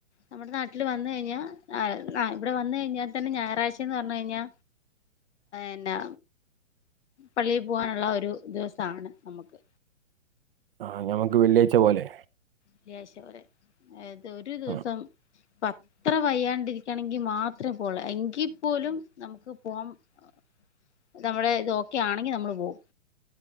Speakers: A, on the left; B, on the right.
A: നമ്മുടെ നാട്ടില് വന്ന് കഴിഞ്ഞാ ആഹ് ആ ഇവിടെ വന്ന് കഴിഞ്ഞാ തന്നെ ഞായറാഴ്ച്ചയെന്ന് പറഞ്ഞു കഴിഞ്ഞാ എന്നാ പള്ളി പോവാനുള്ള ഒരു ദിവസാണ് നമ്മക്ക്
B: ആഹ് ഞമ്മക്ക് വെള്ളിയാഴ്ച്ച പോലെ
A: വെള്ളിയാഴ്ച്ച പോലെ അത് ഒരു ദിവസം
B: ആഹ്
A: ഇപ്പ അത്ര വയ്യാണ്ടിരിക്കയാണെങ്കി <unintelligible> മാത്രേ പോവുള്ളു എങ്കി പോലും നമ്മക്ക് പോവാൻ <unintelligible> നമ്മടെ ഇത് ഓക്കെ ആണെങ്കി നമ്മള് പോകും.